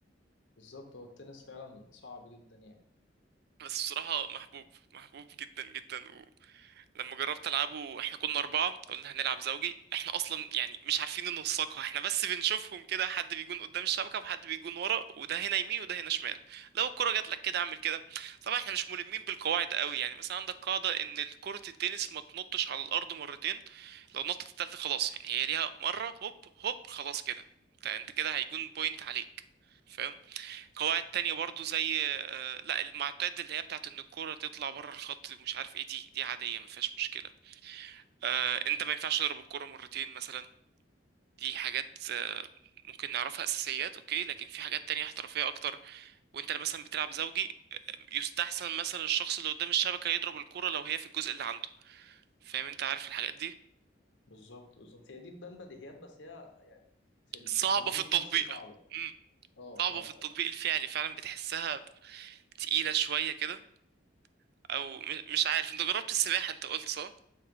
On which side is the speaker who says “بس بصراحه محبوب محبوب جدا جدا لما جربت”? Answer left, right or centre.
Right